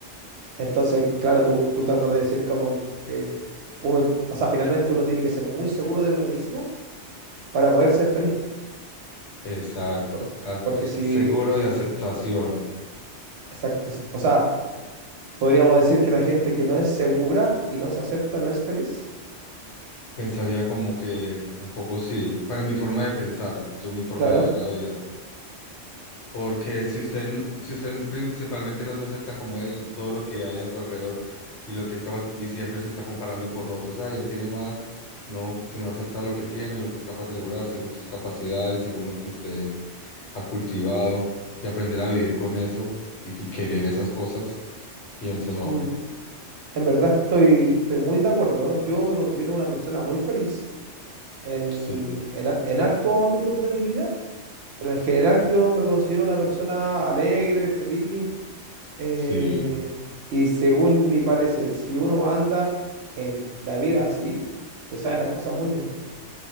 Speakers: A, on the right; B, on the left.
A: entonces, claro, tú, tú tratas de decir como que uno, o sea, finalmente uno tiene que ser muy seguro de uno mismo para poder ser feliz.
B: Exacto.
A: Por-
B: Ah,
A: porque si,
B: seguro
A: mm,
B: y aceptación.
A: exacto, o sea, podríamos decir que la gente que no es segura y no se acepta no es feliz.
B: Pensaría como que un poco sí, para mi forma de pensar, yo mi forma
A: Claro,
B: de ver la vida. Porque si usted, n- si usted principalmente no se acepta como él, todo lo que hay a su alrededor y lo que es capaz, y siempre se está comparando con otros, ay, él tiene más, no, sino aceptar lo que tiene, lo que es capaz de lograr según sus capacidades, según lo que usted ha cultivado y aprender a vivir con eso y que- querer esas cosas, pienso no.
A: mm, en verdad estoy, estoy muy de acuerdo. Yo me considero una persona muy feliz en,
B: Sí,
A: en, a- en hartos ámbitos de mi vida, pero en general yo me considero una persona alegre, feliz Eh,
B: sí,
A: y según mi parecer, si uno anda en la vida así, te saben las cosas muy bien.